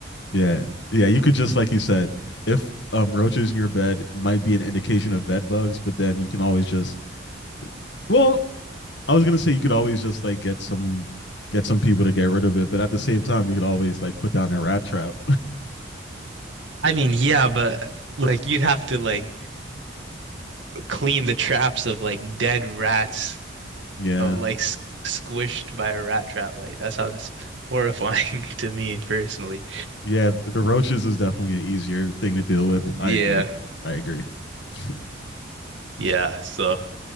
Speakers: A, on the left; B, on the right.
A: yeah, yeah. You could just like you said, if um roaches in your bed might be an indication of bed bugs, but then you can always just. Well, I was gonna say you could always just like get some get some people to get rid of it, but at the same time, you could always like put down a rat trap.
B: I mean, yeah, but like you'd have to like clean the traps of like dead rats
A: <laughs> yeah,
B: of like s squished by a rat trap. Like that sounds horrifying <laughs> to me personally.
A: yeah. The roaches is definitely an easier thing to deal with.
B: Yeah,
A: I agree. I agree. <laughs>
B: yeah. So